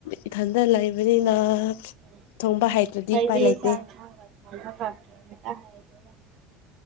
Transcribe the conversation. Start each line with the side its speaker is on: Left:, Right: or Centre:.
Left: ꯏꯊꯟꯗ ꯂꯩꯕꯅꯤꯅ
Right: ꯀꯕꯤ
Left: ꯊꯣꯡꯕ ꯍꯩꯇ꯭ꯔꯗꯤ ꯎꯄꯥꯏ
Right: ꯆꯃꯦ
Left: ꯂꯩꯇꯦ
Right: ꯍꯥꯏꯗꯔ